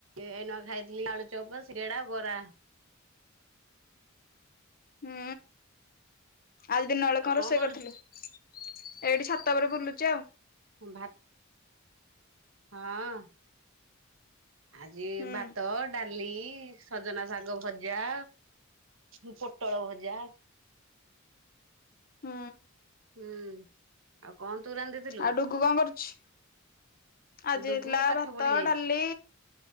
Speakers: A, on the right (about 70°); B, on the left (about 45°).
A: ଏଇନା ଖାଇଥିଲି ଆଳୁ ଚପ୍ ସିଙ୍ଗଡା ବରା,
B: ହୁଁ ଆଜି ଦିନ ବେଳା
A: ଆଉ
B: କନରୋଷେଇ
A: କଣ କରୁ
B: କରିଥିଲୁ? ଏଇଠି ଛାତ ଉପରେ ବୁଲୁଚି ଆଉ,
A: ଭାତ, ହଁ ଆଜି
B: ହୁଁ
A: ଭାତ ଡା ାଲି ସଜନା ଶାଗ ଭଜା ମୁଁ ପୋଟଳ ଭଜା
B: ହୁଁ।
A: ହୁଁ ଆଉ କଣ? ତୁ ରାନ୍ଧିଥିଲୁ
B: ଆଉ ଡୁକୁୁ କଣ କରୁଛି? ଆଜି
A: ଡୁଗୁ
B: ହେଇଥିଲା
A: ପାଠ
B: ଭାତ
A: ପଢି ଯାଇଛି।
B: ଡାଲି